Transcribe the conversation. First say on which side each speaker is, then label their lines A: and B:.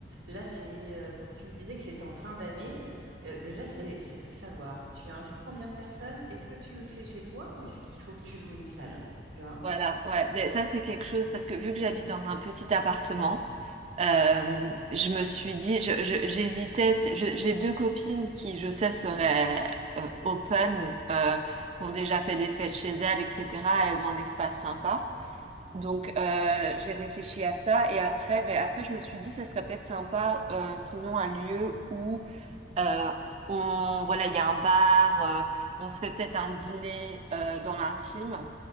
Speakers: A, on the right (about 80°); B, on the right (about 35°).
A: là c'est euh, donc tu me disais que c'était en fin d'année. Euh, déjà c'est c'est de savoir, tu invites combien de personnes? Est-ce que tu le fais chez toi ou est-ce qu'il faut que tu loues une salle? Tu vois?
B: Voilà, ouais, des- ça c'est quelque chose parce que vu que j'habite dans un petit appartement, euh, je me suis dit, je- je- j'hésitais, si- je- j'ai deux copines qui, je sais, seraient euh, open, euh, qui ont déjà fait des fêtes chez elles, etc. Elles ont un espace sympa. Donc euh, j'ai réfléchi à ça et après, ben, après je me suis dit, ça serait peut-être sympa, euh, sinon un lieu où euh, on, voilà, il y a un bar, euh, on se fait peut-être un dîner euh, dans l'intime.